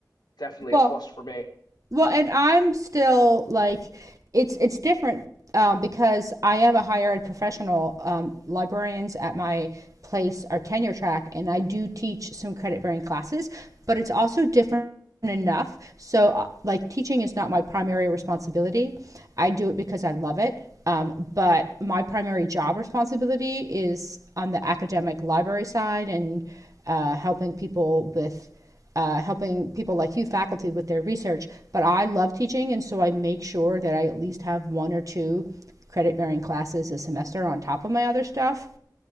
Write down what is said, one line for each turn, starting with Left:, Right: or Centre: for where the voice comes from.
Left: definitely
Right: Well,
Left: a plus for me.
Right: well, and I'm still like, it's it's different um, because I am a higher ed professional. Um, librarians at my place are tenure track, and I do teach some credit bearing classes, but it's also different enough. So, uh, like, teaching is not my primary responsibility. I do it because I love it. Um, but my primary job responsibility is on the academic library side and uh, helping people with uh, helping people like you, faculty, with their research. But I love teaching, and so I make sure that I at least have one or two credit bearing classes a semester on top of my other stuff.